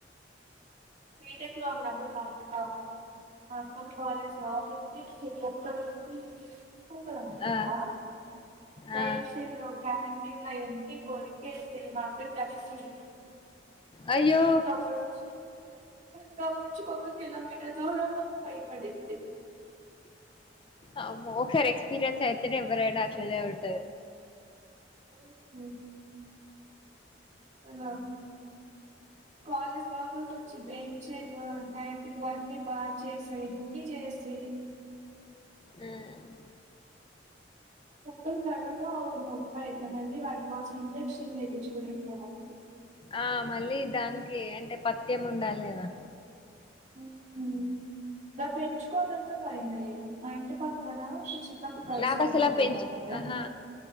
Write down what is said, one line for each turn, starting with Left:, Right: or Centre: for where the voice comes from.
Right: చీకటిలో అప్పుడు బయటికి రావద్దు మా కాలేజీ లోపలికి ఇ కుక్కలు వచ్చి ఉంటదనుకుంటా
Left: ఆ
Right: ఫెన్సీలు
Left: ఆ
Right: క్యాంటీన్ లో అయి అన్ని కోరికేసి మాఅక్కను కరిసింది
Left: అయ్యో
Right: ఇంకా అప్పటి నుంచి ఇంకా మించుకోక కిలోమీటర్ దూరంగా ఉండి బయిపడిద్ది
Left: అమ్మో ఒకసారి ఎక్స్పీరియన్స్ అయితేనే ఎవ్వరైనా అట్లనేే ఉంట
Right: ఉమ్ హ్ సెల్లా కాలేజ్ లోపలికి ఒచ్చింది చెల్లూ ఇలాంటివి అన్ని బా చేసేవి అన్ని చేసి
Left: ఉమ్
Right: ఒక్కల్ కల్లాట నొప్పయితందన్ ని వాట్కొచ్చి ఇంజెక్షన్ చేపిచుకొండి ఇంకా ఏమన్
Left: ఆ మళ్ళీ దానికి అంటే పత్యం ఉండాలి గదా
Right: ఉ ఉమ్ నా పెంచుకోవాలంటే బయమే మా ఇంటి పక్కన చిన్నప్పుడు కలిసి
Left: నాక్
Right: ఆడుకునేవాళ్ళండి.
Left: అసల్ ఆ పెంచ్ ఆహా